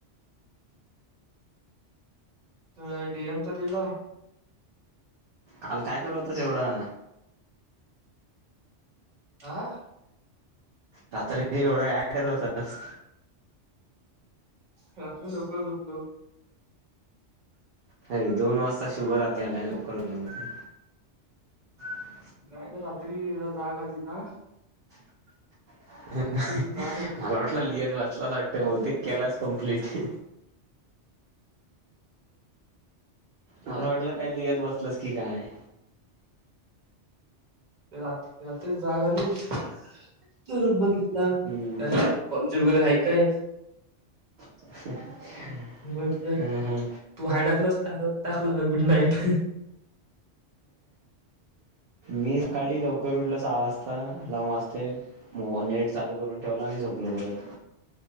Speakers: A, on the right; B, on the right.
A: तो डी एमचाच विला.
B: काल काय करत होताच एवढा?
A: आह
B: रात्री एवढा काय करत होतास?
A: रात्री लवकर झोपलो.
B: नाही दोन वाजता शुभ राती आलाय आणि लवकर उठलो मी. <inaudible>
A: नाही रे रात्री हे झालं जाग आली ना
B: <unintelligible>
A: रात्री जाग आली
B: मला वाटलं लिहत
A: मग
B: बसला वाटतं? बहुतेक केलास कम्प्लीट. मला वाटलं काही लिहीत बसला की काय.
A: रात्री जाग आली तर बघितला
B: हम्म.
A: कोणी जुबर आहे काय?
B: <unintelligible>
A: बघितलस
B: हं, हं.
A: तू हाय टाकलस मी टाकलं गुड नाईट.
B: मी सकाली लवकर उठलो सहा वाजता आलाराम वाजते नेट चालू करून ठेवला आणि झोपलो परत.